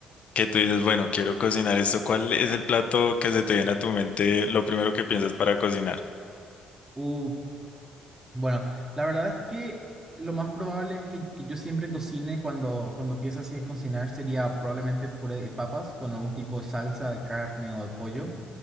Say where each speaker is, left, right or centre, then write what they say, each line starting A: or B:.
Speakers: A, on the left (about 55°); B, on the right (about 20°).
A: que tú dices, bueno, quiero cocinar esto, ¿cuál es el plato que se te viene a tu mente lo primero que piensas para cocinar?
B: Uh, bueno, la verdad es que lo más probable es que, que yo siempre cocine cuando, cuando empiezo así a cocinar sería probablemente puré de papas con algún tipo de salsa de carne o de pollo,